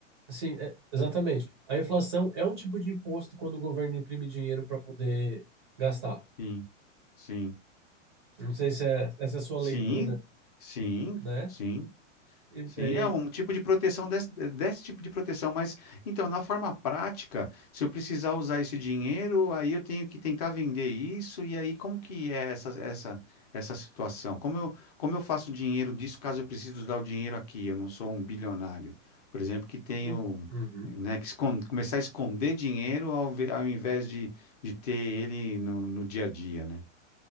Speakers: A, on the right (about 20°); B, on the left (about 30°).
A: assim, é- exatamente. A inflação é um tipo de imposto quando o governo imprime dinheiro para poder gastar.
B: sim, sim,
A: Não sei se é, essa é a sua
B: sim,
A: leitura,
B: sim,
A: né?
B: sim.
A: E,
B: Sim,
A: e-
B: é um tipo de proteção desse, desse tipo de proteção, mas então, na forma prática, se eu precisar usar esse dinheiro, aí eu tenho que tentar vender isso, e aí como que é essa, essa, essa situação? Como eu, como eu faço dinheiro disso caso eu precise usar o dinheiro aqui? Eu não sou um bilionário, por exemplo, que tenho,
A: em- Uhum.
B: né, que escon- começar a esconder dinheiro ao, ve- ao invés de, de ter ele no, no dia a dia, né?